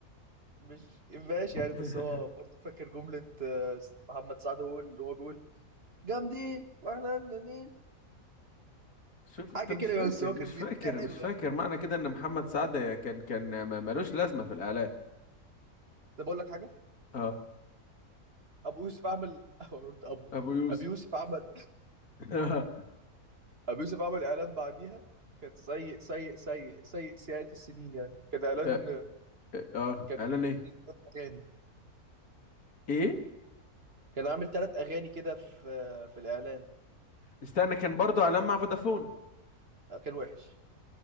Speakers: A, on the right; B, on the left.
A: مش ماشي
B: <laughs>
A: يعني بس هو برضه فاكر جملة آه، محمد سعد هو اللي هو بيقول جامدين واحنا جامدين
B: شوف انت
A: حاجة
B: مش
A: كده
B: فاكر
A: يعني، بس هو
B: مش
A: كان
B: فاكر
A: بيتناحل حلو
B: مش فاكر
A: يعني
B: معنى كده ان محمد سعد كان كان ما- ملوش لازمة في الاعلان
A: ده بقول لك حاجة
B: اه
A: أبو يوسف عمل <laughs> أنا قلت أبو
B: ابو يوسف
A: أبو يوسف عمل
B: <laughs>
A: أبو يوسف عمل إعلان بعديها كان سيء سيء سيء سيء سيئات السنين يعني كان إعلان
B: ده اه
A: كان
B: اعلان
A: هو
B: ايه
A: عامل تلات أغاني
B: ايه
A: كان عامل ثلاث أغاني كده في في الإعلان
B: استنى كان برضه اعلان مع فودافون
A: كان وحش